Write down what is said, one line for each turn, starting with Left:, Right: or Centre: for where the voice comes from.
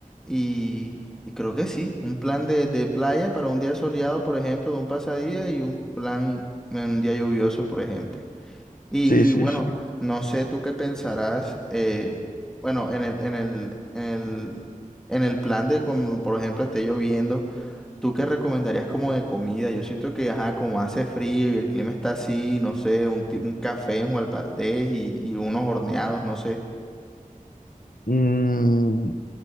Centre: y, y creo que sí. Un plan de, de playa para un día soleado, por ejemplo, de un pasadía y un plan en un día lluvioso, por ejemplo. Y,
Left: Sí, sí,
Centre: y bueno,
Left: sí.
Centre: no sé tú qué pensarás, eh, bueno, en el, en el, en el, en el plan de, como, por ejemplo, esté lloviendo, ¿tú qué recomendarías como de comida? Yo siento que, ajá, como hace frío y el clima está así, no sé, un, ti- un café en Jualpaldés y, y unos horneados, no sé.
Left: Mm,